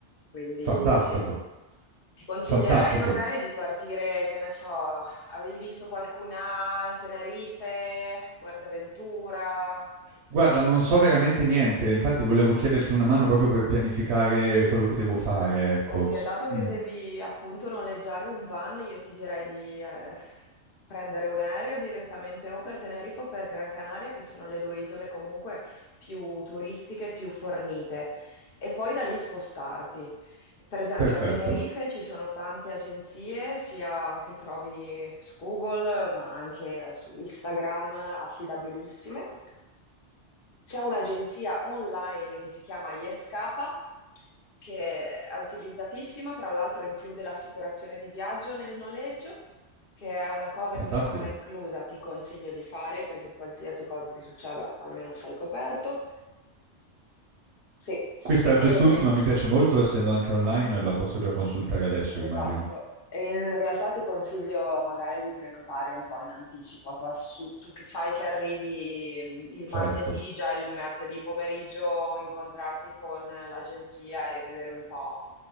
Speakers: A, on the left (about 55°); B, on the right (about 70°).
A: Quindi
B: Fantastico,
A: sì, ti consiglierei
B: fantastico.
A: magari di partire, che ne so, avevi visto qualcuna a Tenerife, Fuerteventura?
B: Guarda, non so veramente niente, infatti volevo chiederti una mano proprio per pianificare quello che devo fare,
A: Eh,
B: ecco.
A: perché
B: S-
A: dato che
B: mm,
A: devi appunto noleggiare un van, io ti direi di eh, prendere un aereo direttamente o per Tenerife o per Gran Canaria, che sono le due isole comunque più turistiche, più fornite, e poi da lì spostarti. Per esempio
B: perfetto,
A: a Tenerife ci sono tante agenzie, sia che trovi su Google, ma anche su Instagram, affidabilissime. C'è un'agenzia online che si chiama Yescapa, che è utilizzatissima, tra l'altro include l'assicurazione di viaggio nel noleggio, che è una cosa
B: fantastico.
A: che se non è inclusa ti consiglio di fare perché qualsiasi cosa ti succeda almeno sei coperto. Sì,
B: Questa, quest'ultima
A: e
B: mi piace molto, essendo anche online, la posso già consultare adesso,
A: Esatto,
B: immagino.
A: e in realtà ti consiglio magari di prenotare un po' in anticipo, tu, assu- tu che sai che arrivi mh, il martedì,
B: Certo.
A: già il martedì pomeriggio incontrarti con l'agenzia e vedere un po'